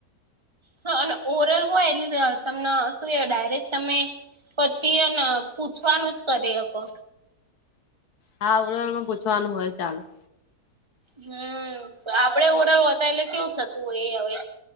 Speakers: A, on the right; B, on the left.
A: હા અને ઓરલ હોય એટલે તમને શું એ ડાયરેક્ટ તમે. પછી એને પૂછવાનું જ કરી અકો.
B: હા આવડમાં પૂછવાનું હોય ચાલુ.
A: હમ આપડે ઓવર ઓલ હોતા એટલે કેવું થતું હોય એ હવે.